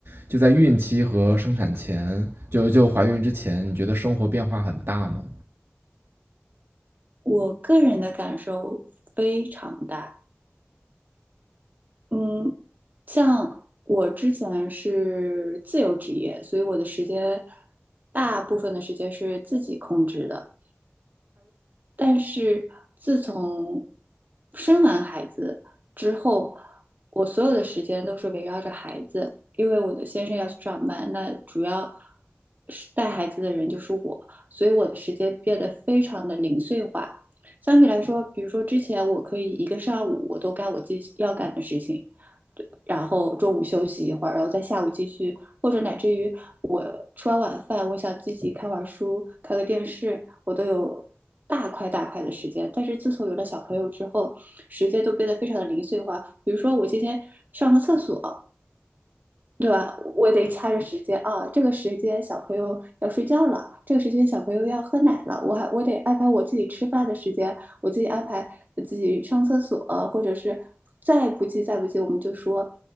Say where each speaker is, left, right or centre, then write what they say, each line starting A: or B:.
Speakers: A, on the right (about 75°); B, on the right (about 45°).
A: 就在孕期和生产前，就就怀孕之前，你觉得生活变化很大吗？
B: 我个人的感受非常大。嗯，像我之前是自由职业，所以我的时间大部分的时间是自己控制的。但是自从生完孩子之后，我所有的时间都是围绕着孩子，因为我的先生要去上班，那主要是带孩子的人就是我，所以我的时间变得非常的零碎化。相比来说，比如说之前我可以一个上午我都干我自己要干的事情，然后中午休息一会儿，然后在下午继续，或者乃至于我吃完晚饭，我想自己看会儿书、看个电视，我都有大块大块的时间。但是自从有了小朋友之后，时间都变得非常的零碎化。比如说，我今天上个厕所，对吧？我得掐着时间啊，这个时间小朋友要睡觉了，这个时间小朋友要喝奶了，我还我得安排我自己吃饭的时间，我自己安排自己上厕所，或者是再不济再不济，我们就说，